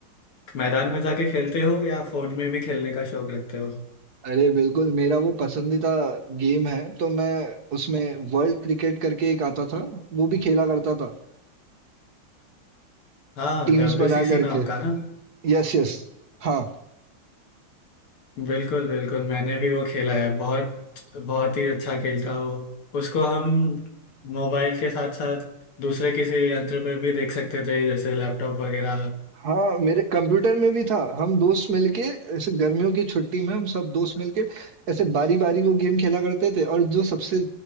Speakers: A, on the left (about 85°); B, on the right (about 55°).
A: मैदान में जाके खेलते हो या फोन में भी खेलने का शौक रखते हो
B: अरे बिल्कुल मेरा वो पसंदीदा गेम है तो मैं उसमें वर्ल्ड क्रिकेट करके एक आता था वो भी खेला करता था
A: हाँ
B: टीम्स
A: डब्ल्यूसीसी
B: बना करके
A: नाम का ना
B: यस यस हाँ
A: बिल्कुल बिल्कुल मैंने भी वो खेला है बहुत बहुत ही अच्छा खेल था वो उसको हम मोबाइल के साथ साथ दूसरे किसी यंत्र पर भी देख सकते थे जैसे लैपटॉप वगैरह
B: हाँ मेरे कंप्यूटर में भी था हम दोस्त मिलके ऐसे गर्मियों की छुट्टी में हम सब दोस्त मिलके ऐसे बारी बारी वो गेम खेला करते थे और जो सबसे